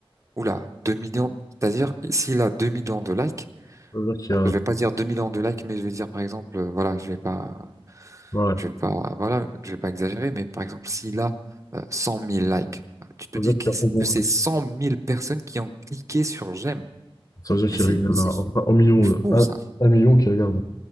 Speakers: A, on the right; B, on the left.
A: Oula, 2 millions, c'est-à-dire, s'il a 2 millions de likes,
B: veut dire qu'il y a...
A: je vais pas dire deux millions de likes, mais je vais dire, par exemple, euh, voilà, je vais pas
B: ouais,
A: Je vais pas, voilà, je vais pas exagérer, mais par exemple, s'il a euh, 100 000 likes, bah, tu te
B: Ça
A: dis
B: veut dire
A: que
B: qu'il y a
A: c'est
B: au moins-
A: que c'est 100 000 personnes qui ont cliqué sur j'aime.
B: ça veut dire
A: Mais
B: qu'il
A: c'est,
B: y a une-
A: c'est
B: là, enfin, un million, de-
A: fou,
B: un,
A: ça.
B: un million qui regarde.